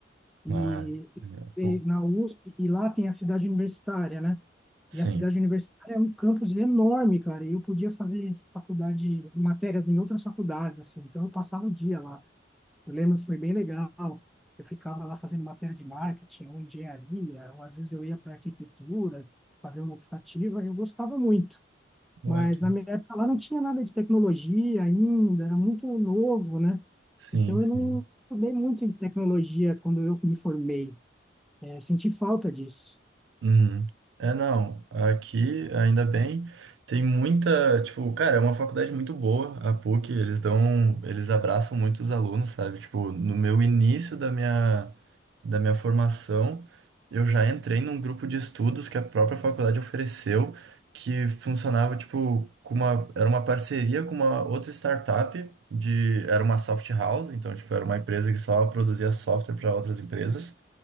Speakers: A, in the centre; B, on the right.
A: E,
B: Ah, é um
A: e
B: pouco.
A: na USP, e lá tem a cidade universitária, né?
B: Sim.
A: E a cidade universitária é um campus enorme, cara. E eu podia fazer faculdade, matérias em outras faculdades, assim. Então eu passava o dia lá. Eu lembro que foi bem legal. Eu ficava lá fazendo matéria de marketing ou engenharia, ou às vezes eu ia para arquitetura, fazer uma optativa, e eu gostava muito.
B: Ótimo.
A: Mas na minha época lá não tinha nada de tecnologia ainda, era muito novo, né?
B: Sim,
A: Então
B: sim.
A: eu não estudei muito em tecnologia quando eu me formei. É, senti falta disso.
B: Uhum. É, não. Aqui, ainda bem, tem muita, tipo, cara, é uma faculdade muito boa, a PUC, eles dão, eles abraçam muito os alunos, sabe? Tipo, no meu início da minha, da minha formação, eu já entrei num grupo de estudos que a própria faculdade ofereceu, que funcionava, tipo, com uma, era uma parceria com uma outra startup de, era uma soft house, então, tipo, era uma empresa que só produzia software para outras empresas.